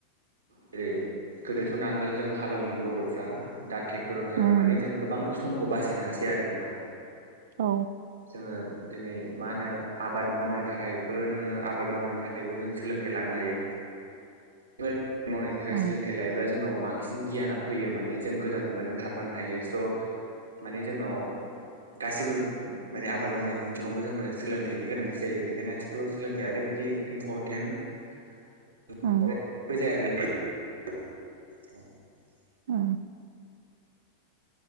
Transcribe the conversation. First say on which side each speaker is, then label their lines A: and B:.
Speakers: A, on the right; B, on the right.
A: जेरै गोदो नांगालोलजों हालौवोमोन बर'फ्रा दा टे क्टर ओंखारबाय
B: उम
A: माने जों गोबां समखौ बासायनो हासै आरो ना
B: औ
A: जोङो दिनै मा होनो आबाद मावनो थाखायबो नोङो आबाद मावनो थाखायबो जों सोलोंथाइ लानो हायो। बेफोर मावनायनि थाखाय
B: उम
A: सोलोंथाइ लायोब्ला जोंनाव बांसिन गियाना फैयो माने जों गोदान मुगाजों खारफानो हायो। स' माने जोंनाव गासिबो माने आबाद मावनायनि बिथिङावबो जोंनो सोलोंथाइनि गोनांथि जायो बेनिखायनो आथिखालाव सोलोंथाइआ ओरैबायदि इम्परटेन्ट <unintelligible>
B: उम
A: <inaudible> औ
B: अ